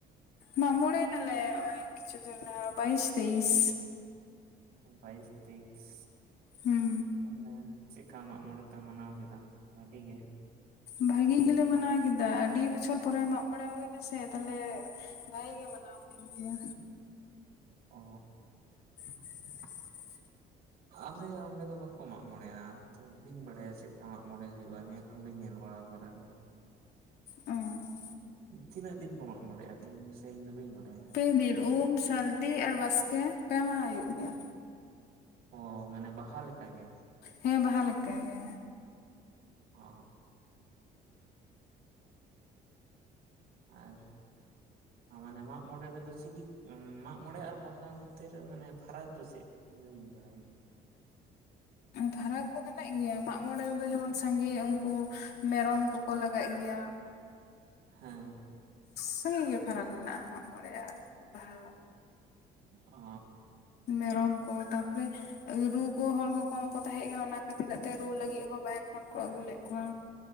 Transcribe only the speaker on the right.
ᱵᱟᱭᱤᱥ ᱛᱮᱭᱤᱥ
ᱛᱚᱞᱮ ᱪᱮᱫᱠᱟ ᱢᱟᱜ ᱢᱚᱬᱮ ᱯᱮ ᱢᱟᱱᱟᱣ ᱠᱮᱫᱟ, ᱵᱷᱟᱹᱞᱤ ᱜᱮ?
ᱚᱻ
ᱟᱞᱮ ᱚᱸᱰᱮ ᱫᱚ ᱵᱟᱠᱚ ᱢᱟᱜᱽ ᱢᱚᱬᱮᱭᱟ ᱛᱚᱵᱮ ᱵᱟᱹᱧ ᱵᱟᱲᱟᱭᱟ ᱪᱮᱫ ᱞᱮᱠᱟ ᱢᱟᱜᱽ ᱢᱚᱬᱮ ᱦᱩᱭᱩᱜᱼᱟ ᱱᱤᱭᱟᱹ ᱠᱚ, ᱚ ᱵᱟᱹᱧ ᱧᱮᱞ ᱵᱟᱲᱟ ᱟᱠᱟᱫᱟ᱾
ᱛᱤᱱᱟᱹᱜ ᱫᱤᱱ ᱠᱚ ᱢᱟᱜ ᱢᱚᱬᱮᱜᱼᱟ ᱤᱧ ᱥᱮ ᱤᱧ ᱫᱚ ᱵᱟᱹᱧ ᱵᱟᱲᱟᱭᱟ
ᱚ ᱢᱟᱱᱮ ᱵᱟᱦᱟ ᱞᱮᱠᱟ ᱜᱮ
ᱚ ᱟᱨ ᱢᱟᱱᱮ ᱢᱟᱜ ᱢᱚᱬᱮ ᱨᱮᱫᱚ ᱪᱤᱞᱤ ᱢᱟᱜᱽ ᱢᱚᱬᱮ ᱟᱨ ᱵᱟᱦᱟ ᱢᱚᱫᱽᱫᱷᱮ ᱨᱮ ᱢᱟᱱᱮ ᱯᱷᱟᱨᱟᱠ ᱫᱚ ᱪᱮᱫ ᱤᱧ ᱫᱚ ᱵᱟᱹᱧ ᱵᱟᱲᱟᱭᱟ
ᱦᱮᱸ
ᱚ